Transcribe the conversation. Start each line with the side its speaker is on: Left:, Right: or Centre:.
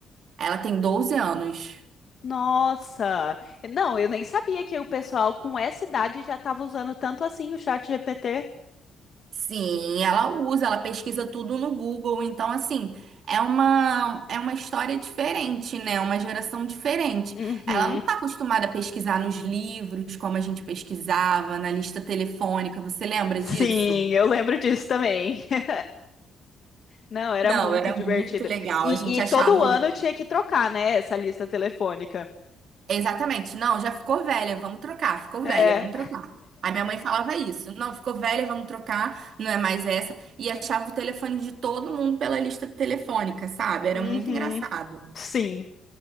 Right: Ela tem 12 anos.
Left: Nossa! Não, eu nem sabia que o pessoal com essa idade já estava usando tanto assim o chat GPT.
Right: Sim, ela usa, ela pesquisa tudo no Google, então assim, é uma é uma história diferente, né? Uma geração diferente.
Left: Uhum.
Right: Ela não está acostumada a pesquisar nos livros como a gente pesquisava, na lista telefônica, você lembra
Left: Sim,
Right: disso?
Left: eu lembro disso também. <laughs> Não, era
Right: Não,
Left: muito
Right: era
Left: divertido.
Right: muito legal.
Left: E,
Right: A gente
Left: e
Right: achava
Left: todo ano
Right: o-
Left: tinha que trocar, né, essa lista telefônica.
Right: exatamente, não, já ficou velha, vamos trocar, ficou velha,
Left: É.
Right: vamos trocar. A minha mãe falava isso, não, ficou velha, vamos trocar, não é mais essa. E achava o telefone de todo mundo pela lista telefônica, sabe? Era
Left: Uhum.
Right: muito engraçado.
Left: Sim.